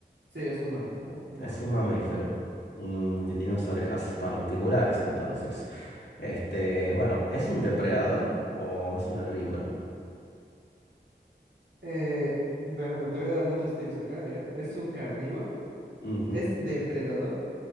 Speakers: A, on the right; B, on the left.
A: Sí, es un mamífero. Un
B: Es
A: mamífero.
B: un mamífero. Mm, que tiene unas orejas particulares, entonces. Este, bueno, ¿es un depredador o es un herbívoro?
A: Eh, bueno, me te voy a dar muchos tips acá, mira. Es un carnívoro.
B: Ujú,
A: Es depredador.